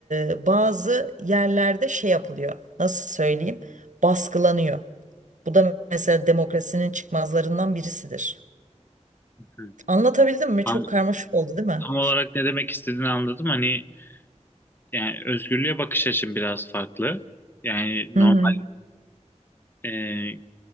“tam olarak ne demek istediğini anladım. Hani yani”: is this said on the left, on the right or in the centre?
Left